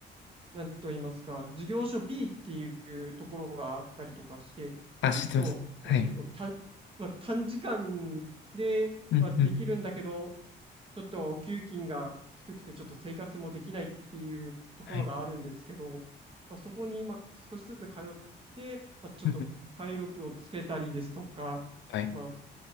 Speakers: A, on the right; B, on the left.
A: なんと言いますか、事業所 B っていうところがあったりとかして、
B: あ、
A: それですと、
B: 知ってます。はい。
A: まあ、結構短、まあ、短時間で、
B: うん、
A: まあ、できるんだけど、
B: うん、
A: ちょっとお給金が低くて、ちょっと生活もできないっていうところがあるんですけど、
B: はい。
A: まあ、そこにまあ少しずつ通って、まあ、ちょっと体力をつけたりですとか、
B: うんうんはい、
A: まあ、普